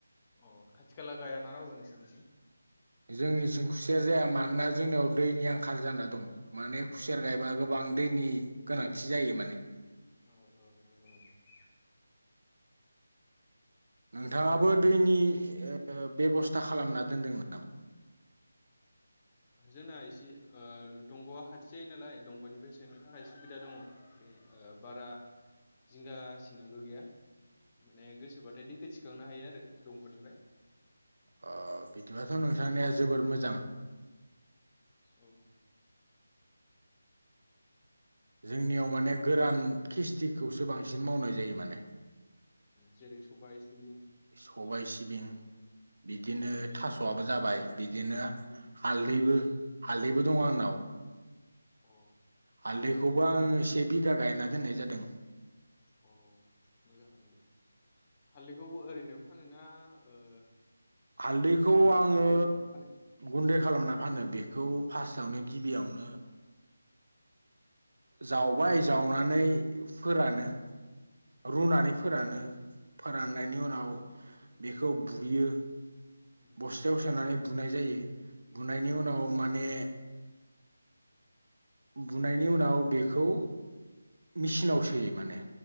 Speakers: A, on the left; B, on the right.
A: अ खाथि -खाला गायाना रावबो नोंसोरनिथिं?
B: जोंनिथिं खुसेर जाया। मानोना जोंनियाव दैनि आंखाल जाना दं। माने खुसेर गायबा गोबां दैनि गोनांथि जायो माने।
A: औ - औ नंगौ - नंगौ।
B: नोंथाङाबो दैनि ओ बेब'स्था खालामना दोनदों नामा?
A: जोंना एसे ओ दंग'आ खाथि जायो नालाय, दंग'निफ्राय सोनो थाखाय सुबिदा दङ। बे ओ बारा जिंगा सिनांगौ गैया। माने गोसोब्लाथाय दैखो थिखांनो हायो आरो दंग'निफ्राय।
B: अ बिदिब्लाथ' नोंथांनिआ जोबोर मोजां।
A: औ।
B: जोंनियाव माने गोरान खिस्थिखौसो बांसिन मावनाय जायो माने।
A: जेरै- सबाइ, सिबिं
B: सबाय, सिबिं बिदिनो थास'आबो जाबाय बिदिनो हालदैबो- हालदैबो दङ आंनाव।
A: औ।
B: हालदैखौबो आङो से बिघा गायना दोननाय जादों।
A: अ मोजां दे। हालदैखौबो ओरैनो फानोना ओ
B: हालदैखौ
A: माबा
B: आङो
A: गुन्दै खालामना फानो।
B: गुन्दै खालामना फानो। बेखौ फार्स्टआवनो गिबियावनो जावबाय जावनानै फोरानो। रुनानै
A: उम
B: फोरानो। फोराननायनि
A: उम
B: उनाव बेखौ बुयो।
A: उम
B: बस्थायाव सोनानै बुनाय जायो। बुनायनि
A: उम
B: उनाव माने बुनायनि उनाव बेखौ मेचिनाव सोयो माने।